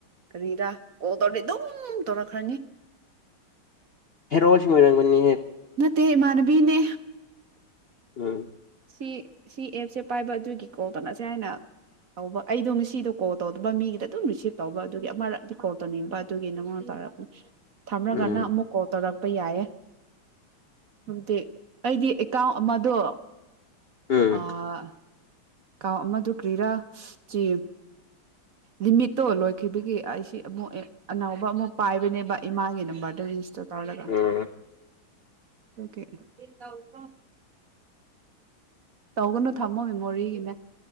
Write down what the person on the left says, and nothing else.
ꯍꯦꯔꯣꯁꯨ ꯃꯣꯏꯔꯝꯒꯅꯤ
ꯎꯝ
ꯎꯝ
ꯎꯝ
ꯎꯝ